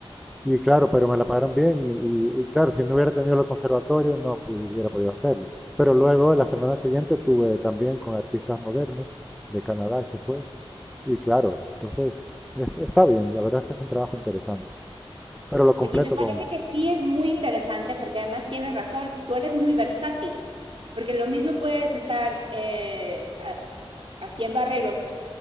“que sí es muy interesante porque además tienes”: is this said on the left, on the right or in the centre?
Right